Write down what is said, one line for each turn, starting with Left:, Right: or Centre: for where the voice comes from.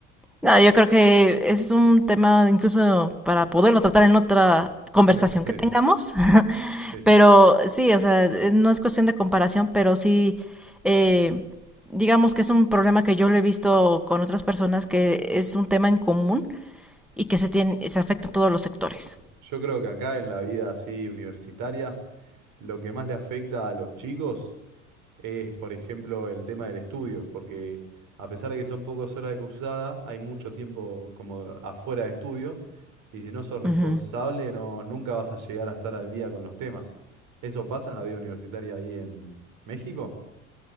Centre: No, yo creo que ese es un tema incluso para poderlo tratar en otra conversación
Right: No sé,
Centre: que tengamos, <laughs>
Right: sí,
Centre: pero sí, o sea, eh, no es cuestión de comparación, pero sí, eh, digamos que es un problema que yo lo he visto con otras personas, que es un tema en común y que se tiene, se afecta a todos los sectores.
Right: sí. Yo creo que acá en la vida así universitaria, lo que más le afecta a los chicos es, por ejemplo, el tema del estudio, porque a pesar de que son pocas horas de cursada, hay mucho tiempo como afuera de estudio, y si no sos responsable,
Centre: Ujú.
Right: no, nunca vas a llegar a estar al día con los temas. ¿Eso pasa en la vida universitaria ahí en México?